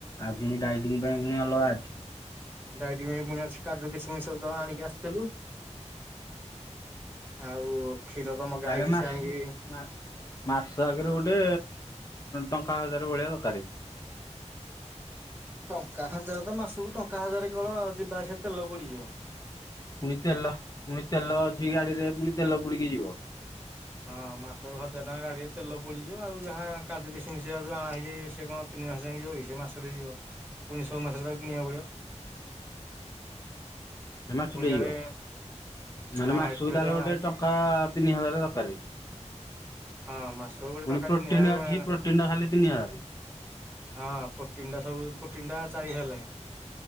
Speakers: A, on the left; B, on the right.
A: ଆଉ କି ଡାଇଟିଂ ପାଇଁ ପୁଣି ଅଲଗା ଅଛି।
B: ଡାଇଟିଂ ପାଇଁ ପୁଣି ଆଛି କାଜୁ କିସିମିସ ସବୁତ ଆଣିକି ଆସିଥିଲୁ। ଆଉ କ୍ଷୀର ତ ମଗା
A: ତାହେଲେ
B: ହେଇଛି
A: ମାସିବ
B: ସେ ଆଣିକି
A: ମା ମାସ ଆଗରେ ଗୋଟେ ଟଙ୍କା ହଜାର ଭଳିଆ ଦରକାର।
B: ଟଙ୍କା ହାଜାର ତ ମାସକୁ ଟଙ୍କା ହାଜାର କେବଳ ଯିବା ସେ ତେଲ ପୁଡିଯିବ।
A: ପୁଣି ତେଲ ପୁଣି ତେଲ ଅଛି ଗାଡିରେ ପୁଣି ତେଲ ପୁଡିକି ଯିବ।
B: ହଁ, ମାସକୁ ହଜାର ଟଙ୍କା ଗାଡିରେ ତେଲ ପୋଡିଯିବ, ଆଉ ଯାହା କାଜୁ କିସିମିସ ଯାହା ଆଣା ହେଇଛି ସେ କଣ? ତିନି ମାସ ଯାଇକ ଯିବ କି ସେ ମାସ ବି ଯିବ, ପୁଣି ସବୁ ମାସରେ କିଣିବାକୁ ପଡିବ। <inaudible>
A: ଏ ମାସଟେ ଯିବ।
B: ଆଡେ
A: ମାନେ
B: ହଁ
A: ମାସକୁ
B: ଏଠି ଯୋଉ
A: ତାହେଲେ
B: ଆଣା
A: ଗୋଟେ
B: ହେଇଛି
A: ଟଙ୍କା ତିନି ହଜାର ଦରକାର।
B: ହଁ ମାସକୁ ଗୋଟେ
A: ପୁଣି
B: ଟଙ୍କା
A: ପ୍ରୋଟିନ
B: ତିନି ହଜାର
A: ଅଛି। ପ୍ରୋଟିନ୍ ଟା ଖାଲି ତିନି ହଜାର।
B: ହଁ ପୋଟିନ ଟା ସବୁ ପୋଟିନ ଟା ଚାରି ହଜାର ଲାଗେ।